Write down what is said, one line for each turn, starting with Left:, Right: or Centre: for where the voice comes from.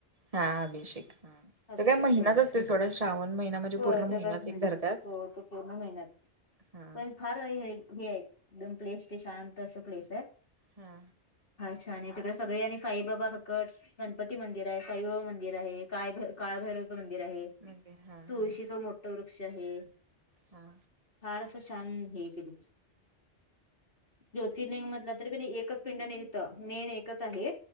Right: हा अभिषेक हा.
Left: अभिषेक
Right: तर काय महिनाच
Left: तेवढंच
Right: असतोय सोडा श्रावण महिना म्हणजे
Left: हो
Right: पूर्ण महिनाच
Left: तर महिन्यात
Right: एक धरतात.
Left: हो तो पूर्ण महिन्यात
Right: हा.
Left: पण फार हे आहे एकदम प्लेस ते शांत असं प्लेस आहे.
Right: हा.
Left: हा छान आहे तिकडे सगळे आणि साईबाबा सकड गणपती मंदिर आहे. साईबाबा मंदिर आहे, काळ काळ भैरवच मंदिर आहे
Right: मंदिर हा
Left: तुळशीचा
Right: हा
Left: मोठ ट वृक्ष आहे.
Right: हा.
Left: फार असं छान हे केले ज्योतिर्लिंग मधलं तरी बी नी एकच पिंड नाही तिथं मेन एकच आहे